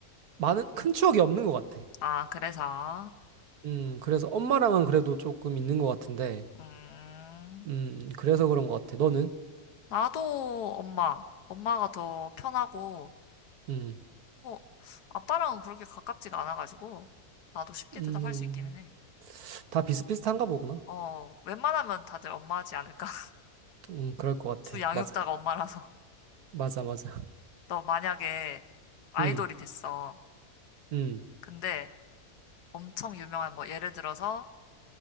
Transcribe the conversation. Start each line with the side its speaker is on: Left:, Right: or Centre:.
Right: 많은 큰 추억이 없는 것 같아.
Left: 아, 그래서,
Right: 음, 그래서 엄마랑은 그래도 조금 있는 것 같은데,
Left: 음,
Right: 음, 그래서 그런 것 같아. 너는?
Left: 나도 엄마, 엄마가 더 편하고,
Right: 음,
Left: 뭐, 아빠랑은 그렇게 가깝지가 않아가지고, 나도 쉽게
Right: 음,
Left: 대답할 수 있기는 해.
Right: 다 비슷비슷한가 보구나.
Left: 어, 웬만하면 다들 엄마 하지 않을까? <laughs>
Right: 음, 그럴 것
Left: 두
Right: 같아.
Left: 양육자가
Right: 맞아.
Left: 엄마라서.
Right: 맞아, 맞아.
Left: 너 만약에 아이돌이
Right: 음,
Left: 됐어.
Right: 음,
Left: 근데 엄청 유명한, 뭐, 예를 들어서